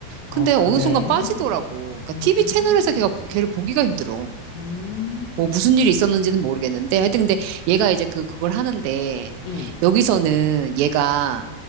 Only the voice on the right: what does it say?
근데
어느 순간 빠지더라고. 그러니까
TV 채널에서 걔가 보- 걔를 보기가 힘들어.
뭐 무슨 일이 있었는지는 모르겠는데 하여튼 근데 얘가 이제 그 그걸 하는데
여기서는 얘가